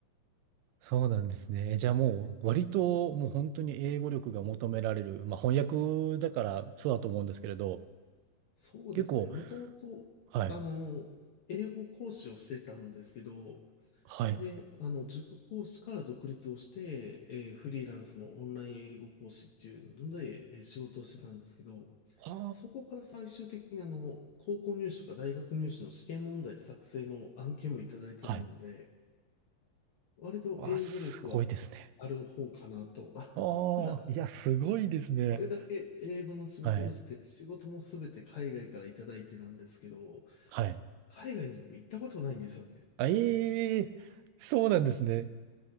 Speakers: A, on the right; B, on the left.
A: そうなんですね。じゃあもう割ともう本当に英語力が求められる。まあ翻訳だからそうだと思うんですけれど、
B: そうですね、
A: 結構、
B: もともと、
A: はい。
B: あの、英語講師をしてたんですけど、
A: はい。
B: で、あの、塾講師から独立をして、えーフリーランスのオンライン英語講師っていうので、えー仕事をしてたんですけど、
A: は
B: そこから最終的にあの、高校入試とか大学入試の試験問題作成の案件もいただいてたので、
A: あ。はい。
B: 割と英語力は
A: わあ、すごいですね。
B: ある方かなと。
A: ああ、
B: <laughs> ただ、
A: いや、すごいですね。
B: これだけ英語の仕事をして、
A: はい。
B: 仕事もすべて海外からいただいてなんですけど、
A: はい。
B: 海外に僕行ったことないんですよね。
A: あええそうなんですね。